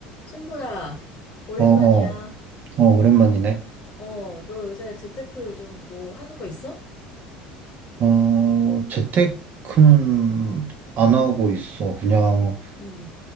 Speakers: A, on the left; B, on the right.
A: 친구야, 오랜만이야.
B: 어, 어, 어, 오랜만이네.
A: 어, 너 요새 재테크 좀 뭐 하는 거 있어?
B: 어, 재테크는 안 하고 있어. 그냥
A: 응